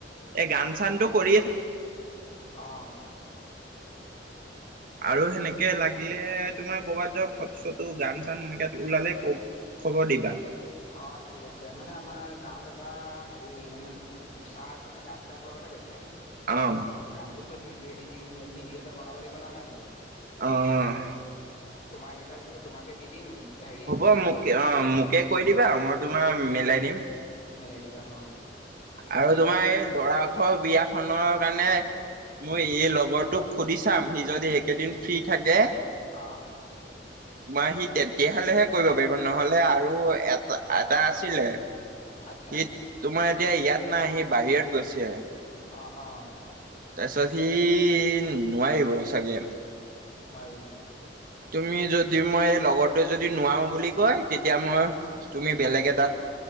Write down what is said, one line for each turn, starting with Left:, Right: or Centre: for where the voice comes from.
Right: এই গান চানটো কৰি
Left: অ'
Right: আৰু সেনেকে
Left: অ
Right: লাগিলে তোমাৰ কৰবাত ফটো চটো গান চান সেনেকে ওলালে ক খবৰ দিবা।
Left: অ' ঠিক আছে মানে আমাৰ গাঁৱত এটা হেৰি মানে ছাৰ এজনে গান এটা গোৱাৰ কথা কৈছে।
Right: অ',
Left: গানটোত তই ভিডিঅ' এডিটিং ভিডিঅ' এটা বনাব লাগিব ন' গানটোত।
Right: অ'
Left: তোমাৰ এনেকে তোমাকে দি দিম। হেৰি
Right: হ'ব
Left: কন্টেক্টটো
Right: মোকে অ' মোকে কৈ দিবা মই তোমাৰ
Left: তুমি
Right: মিলাই দিম।
Left: মিলাই দিবা অ।
Right: আৰু তোমাৰ এই লৰা ঘৰ বিয়াখনৰ কাৰণে মোৰ এই লগৰটোক সুধি চাম সি যদি একেইদিন ফ্ৰী থাকে
Left: অ অ
Right: তোমাৰ সি তে তেহালেহে কৰিব পাৰিব নহলে আৰু এটা এটা আছিলে
Left: আচ্ছা
Right: সি তোমাৰ এতিয়া ইয়াত নাই সি বাহিৰত গৈছে।
Left: অ' অ'।
Right: তাৰপিছত সি নোৱাৰিব চাগে।
Left: নোৱাৰিব নেকি?
Right: তুমি যদি মই লগৰ তোৱে যদি নোৱাৰো বুলি কয় তেতিয়া মই
Left: অ
Right: তুমি বেলেগ এটাত